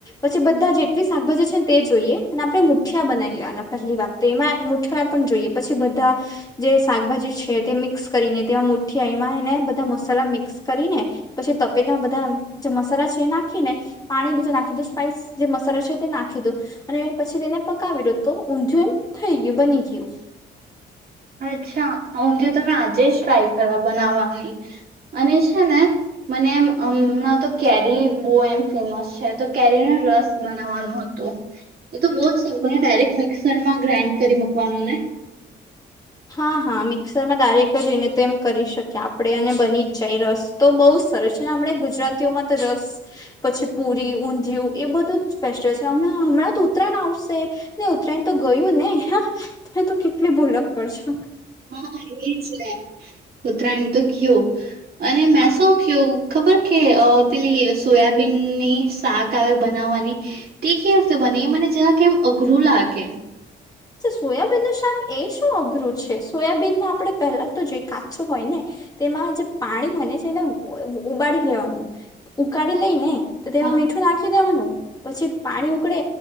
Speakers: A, on the left; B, on the right.
A: પછી બધા જેટલી શાકભાજી છે તે જોઈએ. અને આપણે મુઠિયા બનાવી લેવાના પહેલી વાત. તો એમાં મુઠીયા પણ જોઈએ. પછી બધા જે શાકભાજી છે તે મિક્સ કરીને તેમાં મુઠિયા, એમાં હેને બધા મસાલા મિક્સ કરીને પછી તપેલામાં બધા જે મસાલા છે એ નાખી ને, પાણી બધું નાખી દું સ્પાઈસ જે મસાલો છે તે નાખી દો અને પછી તેને પકાવી દો તો ઊંધિયું એમ થઈ ગ્યું, બની ગયું.
B: અચ્છા, ઊંધિયુ તો મેં આજે જ ટ્રાય કરવા બનાવવા ગયલી. અને છે ને મને એમ અમણાં તો કેરી બો એમ ફેમસ છે. તો કેરીનો રસ બનાવવાનું હતું. એ તો બો જ સિમ્પલને ડાયરેક્ટ મિક્સરમાં ગ્રાઇન્ડ કરી મકવાનું ને
A: હા હા મિક્સરમાં દારેક જ એને તો એમ કરી શકીએ આપણે અને બની જ જાય રસ તો બહુ જ સરસ છે ને હમણા ગુજરાતીઓમાં તો રસ પછી પુરી ઊંધિયું એ બધું જ ફેસ્ટિવલ છેણાં હમણાં તો ઉત્તરાયણ આવશે ને ઉત્તરાયણ તો ગયું ને તો કેટલી ભૂલ. કરશ.
B: હા એ જ પત્રરાની તો ઘયો. અને મે
A: હા
B: શું કયું. ખબર કે અ પેલી સોયાબીનની શાક આવે બનાવવાની તે કેવી રીતે બને મને જરા કેમ અઘરું લાગે.
A: સોયાબીન નું શાક એ શું અઘરું છે. સોયાબીનને આપણે પહેલા તો જો કાચો હોય ને તેમાં જે પાણી હોય છે એને ઉબાડી લેવાનું ઉગાળ લઈ ને તો તેમાં
B: હા
A: મીઠું નાખી દેવાનું. પછી પાણી ઉકળે